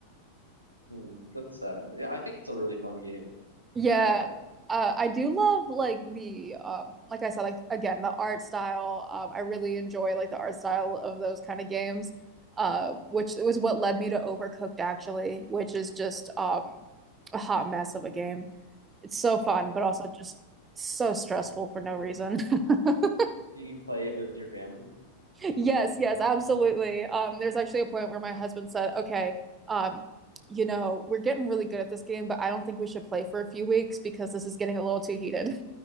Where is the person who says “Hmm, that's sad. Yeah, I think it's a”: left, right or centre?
Right